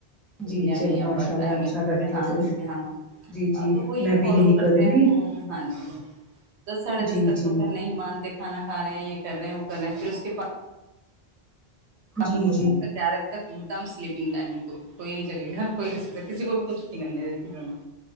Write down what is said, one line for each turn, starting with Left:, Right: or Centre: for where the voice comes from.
Right: کہ
Centre: جی
Right: بھیا
Centre: چلو
Right: نہیں اب
Centre: ماشاء
Right: بس
Centre: اللہ
Right: ٹائم
Centre: اچھا
Right: ہے
Centre: کرتی
Right: ہاں
Centre: ہو تم
Right: جی ہاں
Centre: جی جی
Right: تو وہ یہ
Centre: میں بھی
Right: فالو
Centre: یہی
Right: کرتے
Centre: کروں
Right: ہیں
Centre: گی
Right: ہاں ہاں جی دس ساڑھے
Centre: جی
Right: دس تک
Centre: جی
Right: تو پھر نہیں مانتے کھانا کھ رہے ہیں یہ کر رہے ہیں وہ کر رہے ہیں پھر اس کے بعد پند
Centre: جی جی
Right: م گیارہجے تک م سلیپنگ ائم بالکل کوئی نہیں جی ہاں کوئی ک س کسی کوئی کچھٹی کرنی دیتی پھر میں